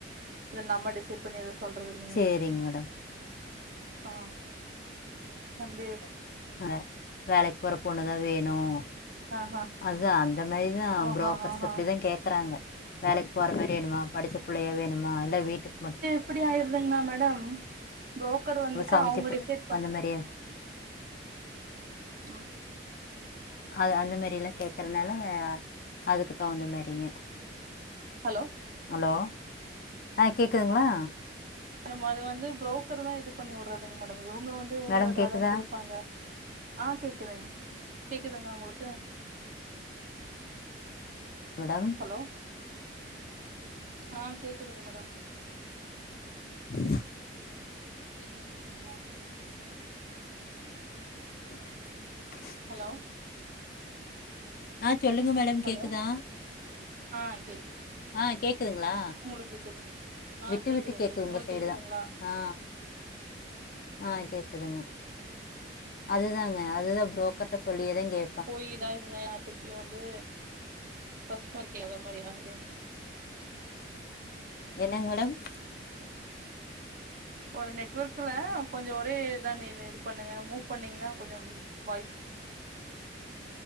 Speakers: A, on the right; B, on the left.
A: இது நம்ம டிசைட் பண்ணி எதும் சொல்றது இல்ல
B: சேரிங்க மேடம்
A: ஆ சண்டே
B: அ வேலைக்கு போற பொண்ணுதான் வேணும்
A: ஆஹா
B: அதா அந்த மாரிதா
A: ஆஹா
B: புரோக்கர்ஸ்
A: ஆஹா
B: அப்படிதா கேக்குறாங்க வேலைக்கு போற மாரி வேணுமா படிச்ச புள்ளையா வேணுமா இல்ல வீட்டுக்கு மட்
A: எப்படி ஆயிருதுங்கனா மேடம் புரோக்கர் வந்துட்டு
B: சமைச்சு
A: அவங்களுடை
B: பி-
A: சைடு பா
B: அந்த மாரி
A: ம்
B: அது அந்த மாரி எல்லாம் கேக்குறதுனால அதுக்கு தகுந்த மாரிங்க
A: ஹலோ
B: ஹலோ ஆ கேக்குதுங்களா
A: மேடம் அது வந்து பு்ரோக்கர் தா இது பண்ணி விடுறதுங்க மேடம் இவங்க வந்து ஏத
B: மேடம்
A: இதா
B: கேக்குதா
A: தா கேட்பாங்க ஆ கேக்குதுங் கேக்குதுங்களா உங்களுக்கு
B: மேடம்
A: ஹலோ ஆ கேக்குதுங்க மேடம்
B: ஹ
A: ஒங்களுக்கு கேக்குதுங்களா
B: <inaudible>
A: ஹலோ
B: ஆ சொல்லுங்க மேடம்
A: ஹலோ
B: கேக்குதா
A: ஆ கேக்குது கேக்குது
B: ஆ கேக்குதுங்களா
A: உங்களுக்கு கேக்குது ஆ
B: விட்டு
A: கேக்குதுங்க
B: விட்டு கேக்குது
A: கேக்
B: உங்க
A: உங்களுக்கு
B: சைடு
A: கேக்குதுங்களா
B: தா ஆ ஆ கேக்குதுங்க அதுதாங்க அதுதா புரோக்கர்ட்ட சொல்லியே தா கே
A: போய் இதா இருந்தே ஆ திருப்பியும் வந்து பஸ்ட் மார்க் இல்லாத மாதிரி ஆகுதே
B: என்னங்க மேடம்
A: ஒரு நெட்ஒர்க்கல கொஞ்சோ ஒரே இதா இது பண்ணுங்க மூவ் பண்ணீங்கன்னா கொஞ்சம் வைஃப் <inaudible>